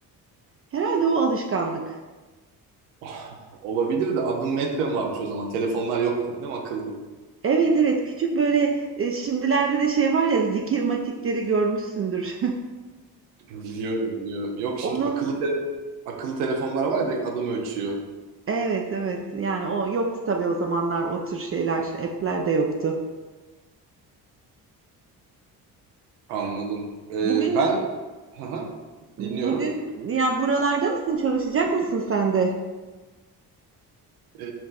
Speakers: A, on the right (about 30°); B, on the right (about 80°).
A: Herhalde o alışkanlık.
B: <laughs> Olabilir de adım metrem varmış o zaman. Telefonlar yok tabii değil mi akıllı?
A: Evet evet küçük böyle e, şimdilerde de şey var ya zikirmatikleri görmüşsündür.
B: Biliyorum biliyorum. Yok şimdi
A: <laughs> Onun
B: akıllı tele- akıllı telefonlar var ya direkt adım ölçüyor.
A: evet evet yani o yoktu tabii o zamanlar o tür şeyler app'ler de yoktu.
B: Anladım. Ee,
A: Bugün
B: ben Aha,
A: Bugün
B: dinliyorum.
A: ya buralarda mısın? Çalışacak mısın sen de?
B: Ee,